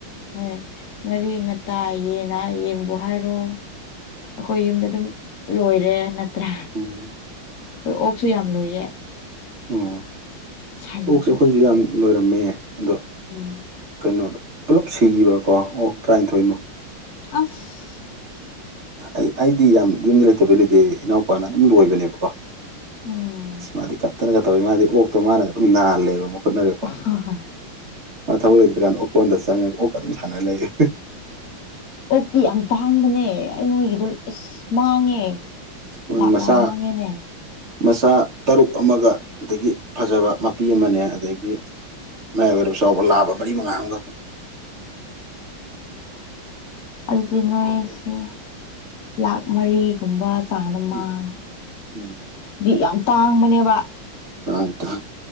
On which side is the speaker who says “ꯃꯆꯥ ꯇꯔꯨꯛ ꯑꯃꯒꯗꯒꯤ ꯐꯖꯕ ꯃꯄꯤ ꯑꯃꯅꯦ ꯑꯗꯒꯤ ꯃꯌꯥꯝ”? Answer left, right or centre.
Right